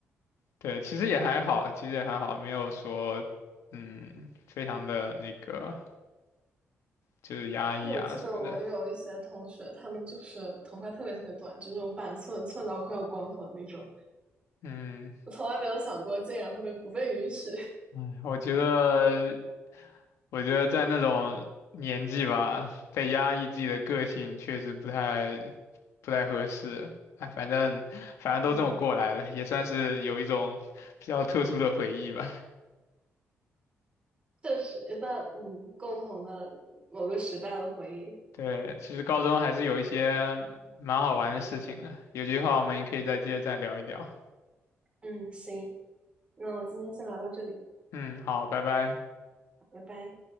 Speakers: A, on the left (about 85°); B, on the right (about 25°).
A: 对，其实也还好，其实也还好，没有说，嗯，非常的那个就是压抑啊什么的，
B: 因为我记得我有一些同学，他们就是头发特别特别短，就那种板寸，寸到快要光头的那种。
A: 嗯，
B: 我从来没有想过，竟然会被不被允许。
A: 哎，我觉得，我觉得在那种年纪吧，被压抑自己的个性确实不太不太合适。哎，反正反正都这么过来了，
B: <laughs> 嗯，
A: 也算是有一种 <laughs> 比较特殊的回忆吧。
B: 确实一段嗯共同的某个时代的回忆。
A: 对，其实高中还是有一些蛮好玩的事情的，有机会我们也可以再接着再聊一聊。
B: 嗯，行，那我今天先聊到这里，
A: 嗯，好，拜拜。
B: 拜拜。